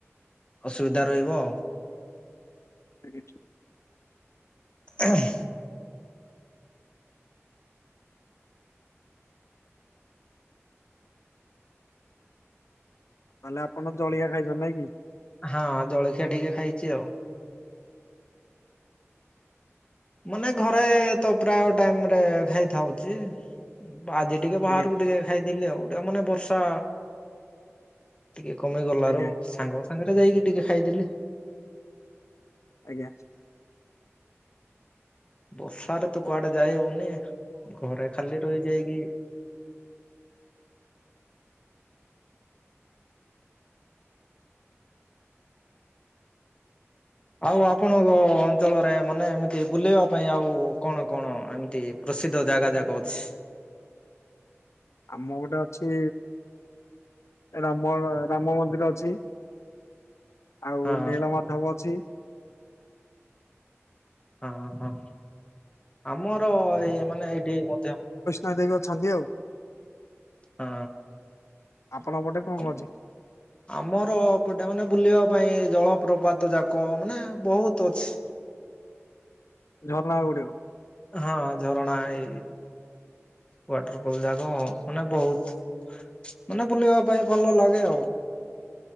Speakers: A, on the left; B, on the left.
A: ଅସୁବିଧା ରହିବ ଆଉ।
B: ଆଜ୍ଞା।
A: ଉଁହୁଁ
B: ତାହେଲେ ଆପଣ ଜଳଖିଆ ଖାଇଛନ୍ତି ନାଇଁ କି।
A: ହଁ ଜଳଖିଆ ଟିକେ ଖାଇଛି ଆଉ। ମାନେ ଘରେ ତ ପ୍ରାୟ ଟାଇମ ରେ ଖାଇଥାଉଚି ଆଜି ଟିକେ ବାହାରକୁ
B: ଆଜ୍ଞା
A: ଟିକେ ଖାଇଦେଲି ଆଉ ଟିକେ ମାନେ ବର୍ଷା ଟିକେ କମିଗଳାରୁ
B: ଆଜ୍ଞା
A: ସାଙ୍ଗ ସାଙ୍ଗରେ ଯାଇକି ଟିକେ ଖାଇଦେଲି।
B: ଆଜ୍ଞା
A: ବର୍ଷାାରେ ତ କୁଆଡ଼େ ଯାଇ ହଉନି ଘରେ ଖାଲି ରହିଯାଇକି। ଆଉ ଆପଣଙ୍କ ଅଞ୍ଚଳରେ ମାନେ ଏମିତି ବୁଲିବା ପାଇଁ ଆଉ କଣ କଣ ଏମିତି ପ୍ରସିଦ୍ଧ ଜାଗା ଯାକ ଅଛି।
B: ଆମ ଗୋଟେ ଅଛି ରାମ ରାମ ମନ୍ଦିର ଅଛି। ଆଉ
A: ହଁ
B: ନୀଳମାଧବ ଅଛି।
A: ହଁ ହଁ ଆମର ଏଇ ମାନେ ଏଇଠି ମଧ୍ୟ
B: ନା ଦେବି ଅଛନ୍ତି ଆଉ।
A: ହଁ
B: ଆପଣଙ୍କ ପଟେ କଣ
A: ହ
B: କଣ ଅଛି
A: ଆମର ଏପଟେ ମାନେ ବୁଲିବା ପାଇଁ ଜଳପ୍ରପାତ ଯାକ ମାନେ ବହୁତ ଅଛି।
B: ଝରଣା ଗୁଡ଼ିକ।
A: ହଁ ଝରଣା ଏଇ ୱାଟରଫଲ ଯାକ ମାନେ ବହୁତ ମାନେ ବୁଲିବା ପାଇଁ ଭଲ ଲାଗେ ଆଉ।